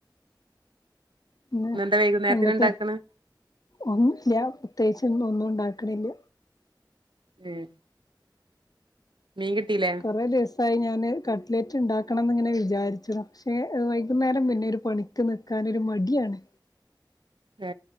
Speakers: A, on the left (about 50°); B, on the right (about 85°).
A: പിന്നെ
B: ഇന്നെന്താ വൈകുന്നേരത്തിന്
A: എന്തൊക്കെ
B: ഇണ്ടാക്കണ്
A: ഒന്നുല്ല പ്രത്യേകി ഇന്ന് ഒന്നും ഉണ്ടാക്കണില്ല
B: ഉം മീൻ കിട്ടീല്ലേ
A: കൊറേ ദിവസായി ഞാന് കട്ട്ലെറ്റ് ഇണ്ടാക്കണം ന്ന് ങ്ങനെ വിചാരിച്ച്ണ് പക്ഷേ വൈകുന്നേരം പിന്നൊരു പണി ക്ക് നിക്കാനൊരു മടിയാണ്
B: ഏ